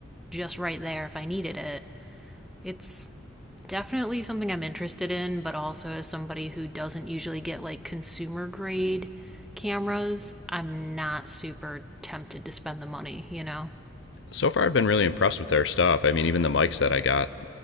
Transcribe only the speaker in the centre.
just right there if I needed it. It's definitely something I'm interested in, but also as somebody who doesn't usually get like consumer grade cameras, I'm not super tempted to spend the money, you know?